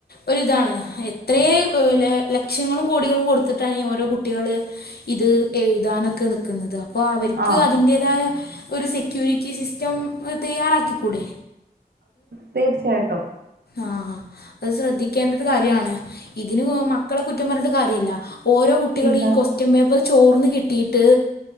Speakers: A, on the left; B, on the right.
A: ഒരിതാണ് എത്രയെ ലക്ഷങ്ങളും കോടികളും കൊടുത്തിട്ടാണ് ഓരോ കുട്ടികള് ഇത് എഴുതാനൊക്കെ നിക്കുന്നതാകും അപ്പോ അവർക്ക്
B: ആഹ്
A: അതിന്റെതായ ഒരു സെക്യൂരിറ്റി സിസ്റ്റം തയ്യാറാക്കിക്കൂടെ.
B: തീർച്ചയായിട്ടും
A: ആഹ് ആ അത് ശ്രദ്ധിക്കേണ്ട ഒരു കാര്യണ് ഇതിന് മക്കളെ കുറ്റം പറഞ്ഞിട്ട് കാര്യല്ല ഓരോ കുട്ടികള്
B: ഇല്ല
A: ഈ ക്വസ്റ്റ്യൻ പേപ്പറ് ചോർന്ന് കിട്ടീട്ട്